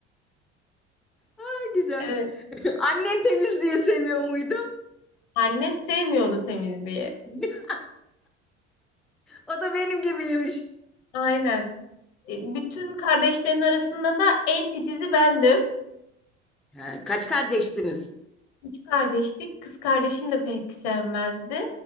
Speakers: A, in the centre; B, on the left.
A: Ha, Güzel.
B: Evet.
A: <laughs> Annen temizliği seviyor muydu?
B: Annem sevmiyordu temizliği.
A: <laughs> O da benim gibiymiş.
B: Aynen. E, Bütün kardeşlerin arasında da en titizi bendim.
A: Ha, kaç kardeştiniz?
B: Üç kardeştik. Kız kardeşim de pek sevmezdi.